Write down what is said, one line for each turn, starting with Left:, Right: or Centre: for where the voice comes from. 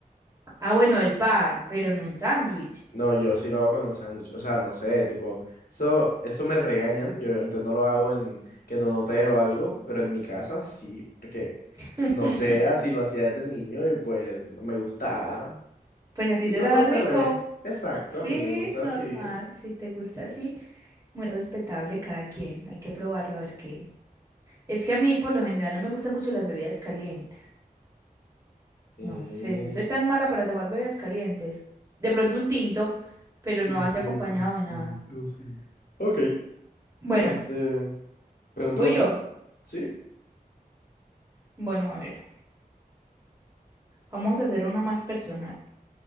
Right: Ah, bueno, el pan, pero en un sándwich.
Left: No, yo sí lo hago con el sándwich. O sea, no sé, tipo, eso, eso me regañan y obviamente no lo hago en que en un hotel o algo, pero en mi casa sí, porque
Right: <laughs>
Left: no sé, así lo hacía desde niño y pues me gustaba.
Right: Pues a ti
Left: Y
Right: te
Left: lo
Right: sabe
Left: conservé.
Right: rico.
Left: Exacto,
Right: Sí,
Left: a mí me gusta
Right: normal.
Left: así.
Right: Si te gusta así, muy respetable cada quien. Hay que probarlo a ver qué. Es que a mí por lo general no me gustan mucho las bebidas calientes. No
Left: Mm,
Right: sé, yo soy tan mala para tomar bebidas calientes. De pronto un tinto, pero
Left: de
Right: no así
Left: prototito,
Right: acompañado de nada.
Left: sí. Ok,
Right: Bueno,
Left: este, pregúnteme
Right: voy
Left: usted.
Right: yo.
Left: Sí.
Right: Bueno, a ver. Vamos a hacer una más personal.